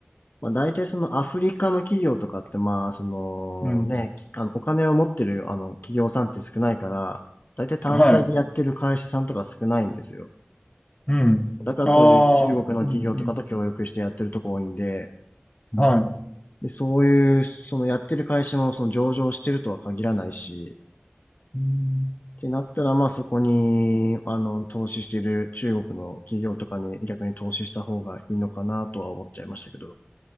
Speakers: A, on the left (about 50°); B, on the left (about 30°).
A: まあ、大体そのアフリカの企業とかって、まあ、そのね、
B: うん、
A: きあの、お金を持ってる、あの、企業さんって少ないから、大体単体でやってる会社さんとか少ないんですよ。
B: はい。うん。
A: だからそういう中国の企業とかと協力してやってるとこ多いんで、
B: ああ、うん、うん、はい。
A: で、そういう、そのやってる会社もその上場してるとは限らないし、
B: うん
A: てなったら、まあそこに、あの、投資している中国の企業とかに逆に投資した方がいいのかなとは思っちゃいましたけど。